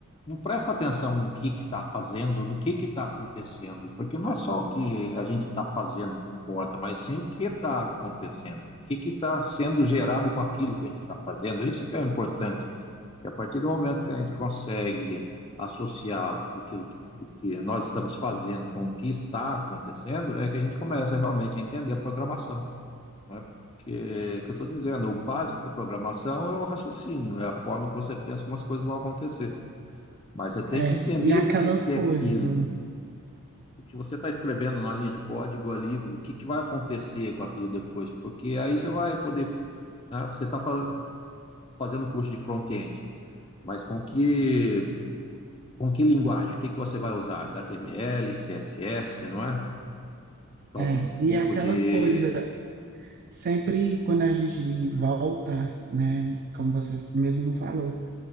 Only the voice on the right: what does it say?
É,
e aquela
coisa,
é,
e
aquela
coisa, sempre quando a gente volta, né, como você mesmo falou,